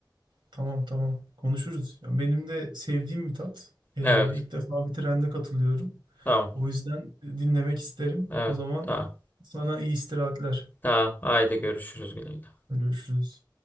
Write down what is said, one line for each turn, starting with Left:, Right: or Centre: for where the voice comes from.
Right: Tamam tamam konuşuruz. Yani benim de sevdiğim bir tat. E,
Left: Evet.
Right: ilk defa bir trende katılıyorum.
Left: Tamam.
Right: O yüzden e, dinlemek isterim.
Left: Evet.
Right: O zaman
Left: Tamam.
Right: sana iyi istirahatler.
Left: Tamam. Haydi görüşürüz güle güle.
Right: Görüşürüz.